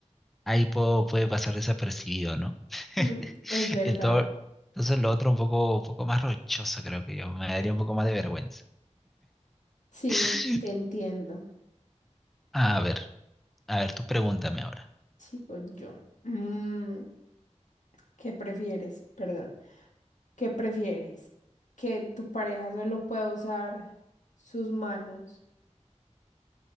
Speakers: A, in the centre; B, on the left (about 80°).
A: Ahí puedo, puede pasar desapercibido, ¿no? <laughs>
B: Mm, es verdad.
A: Entonces, entonces lo otro un poco, un poco más rochoso, creo que yo. Me daría un poco más de vergüenza.
B: Sí,
A: <laughs>
B: te entiendo.
A: A ver, a ver, tú pregúntame ahora.
B: Sigo yo. Mm, ¿qué prefieres? Perdón. ¿Qué prefieres? ¿Que tu pareja solo pueda usar sus manos?